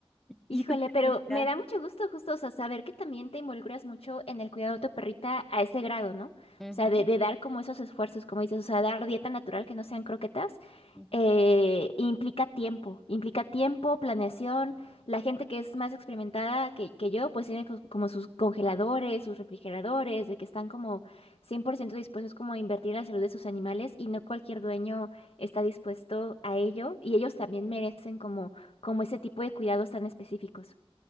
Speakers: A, on the left; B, in the centre.
A: Híjole,
B: Y tu perrita.
A: pero me da mucho gusto justo, o sea, saber que también te involucras mucho en el cuidado de tu perrita a ese grado, ¿no? O
B: Ujú,
A: sea, de, de dar como esos esfuerzos, como dices, o sea, dar dieta natural que no sean croquetas,
B: ujú.
A: eh, implica tiempo, implica tiempo, planeación. La gente que es más experimentada que, que yo, pues tiene co- como sus congeladores, sus refrigeradores, de que están como 100% dispuestos como a invertir en la salud de sus animales y no cualquier dueño está dispuesto a ello y ellos también merecen como como ese tipo de cuidados tan específicos.